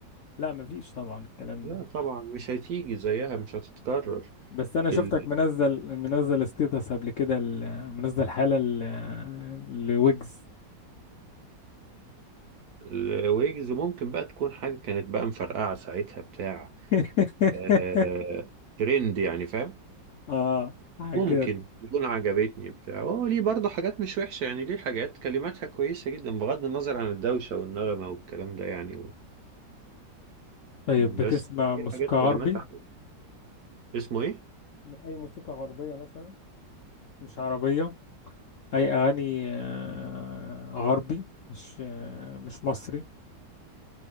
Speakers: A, on the left (about 65°); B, on the right (about 65°).
A: لا مفيش طبعا الكلام
B: لا
A: ده
B: طبعا مش هتيجي زيها مش هتتكرر
A: بس انا شفتك
B: ال-
A: منزل منزل ستيتس قبل كده ال- منزل حالة ل- لويجز
B: الويجز ممكن بقى تكون حاجة كانت بقى مفرقعة ساعتها بتاع
A: <laughs>
B: آه ترند يعني فاهم
A: اه حاجة
B: ممكن
A: كده
B: تكون عجبتني بتاع هو ليه برضه حاجات مش وحشة يعني ليه حاجات كلماتها كويسة جدا بغض النظر عن الدوشة والنغمة والكلام ده يعني و...
A: طيب بتسمع
B: بس
A: موسيقى
B: في حاجات
A: غربي
B: كلماتها حلوة. اسمه ايه؟
A: اي موسيقى غربية مثلا مش عربية اي اغاني آه، غربي مش آه، مش مصري